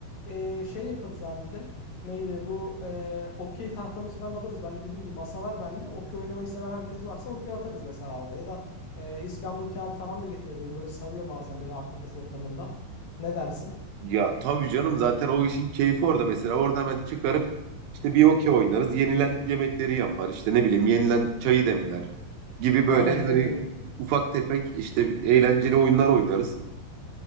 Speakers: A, on the left; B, on the right.
A: Ee, şey yaparız abi bir de. Neydi bu e, okey tahtamızı falan alırız. Ben dediğim gibi masa var bende. Okey oynamayı seven herkes varsa okey atarız mesela orada. Ya da e, iskambil kağıdı falan da getirebilirim. Böyle sarıyor bazen böyle arkadaş ortamında. Ne dersin?
B: Ya tabii canım zaten o işin keyfi orada mesela. Orada hemen çıkarıp işte bir okey oynarız. Yenilen yemekleri yapar işte ne bileyim yenilen çayı demler gibi böyle
A: Aynen
B: hani
A: öyle.
B: ufak tefek işte eğlenceli oyunlar oynarız.